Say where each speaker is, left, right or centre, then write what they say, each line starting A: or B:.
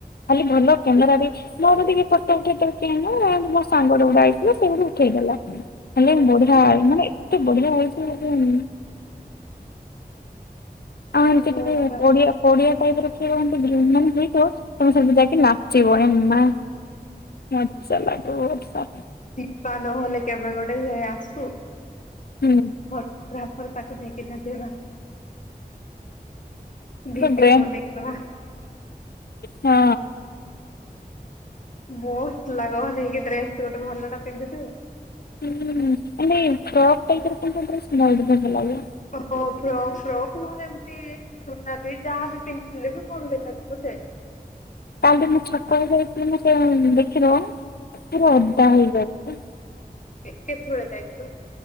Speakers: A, on the left; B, on the left.
A: ଖାଲି ଭଲ। କେନ୍ଦର ଅପେକ୍ଷ ମୋର ଟିକେ ପଟ ଉଠେଇ ତ କିୁ ମୋ ସାଙ୍ଗରେ ଗୋଡା ଆଇଥିଲା ସେଇୁଠ ଉଠେଇ ଦେଲା। ହେଲେ
B: ହଁ
A: ବଢିଆ
B: ହଁ
A: ମାନେ ଏତେ ବଢିଆ ହଇଛି। ଆଁ ଏମତି
B: ହଁ
A: କିବିଓଡିଆ। ପଡିଆ ଟାଇପ ରଖିବ ଏମିତି ବୁଲ୍ ମାନେ ହେଇଥିବ ତମେ ସେମିତି ଯାଇକି ନାଚିବ ଏମ୍ ମା ମର ଚା ଲାଗୁ ଓଡ଼ଶା
B: ଯିବା ନହେଲେ କେବେ ଗୋଟେ ସେ ଆସୁ।
A: ହୁଁ।
B: ଫଟୋଗ୍ରାଫର ତାକୁ ନେଇକି ନ ଯିବା। <unintelligible>
A: ବ୍ରେନ୍ ହଁ।
B: ମୋସ୍ତ ଲାଗ ନେଇକି ଡ୍ରେସ ଗୋଟେ ଭଲ ଟା ପିନ୍ଧୁଛୁ।
A: ହୁଁ ମାନେ ଫ୍ରକ ଟାଇପର <unintelligible> ଡ୍ରେସ ଭ ଭଲ ଲାଗୀବ।
B: ହଁ ଫ୍ରକ୍ ସ ଫ୍ରକ୍ ନହଲେ ଏମିତି ଚନା ବି ଯାହା ବି ପିନ୍ଧିଥିଲେ ବି ଭଲ ଦେଖାଯିବୁ ସେ
A: ତାଲେ ତ ମୁଁ ଛକ ଯାଇଥିଲି ମ ସେ ଦେଖିବ ପୁରା ଅଦା ହେଇଯାଇଛି।
B: କେତେଥର ଯାଇଥିଲୁ?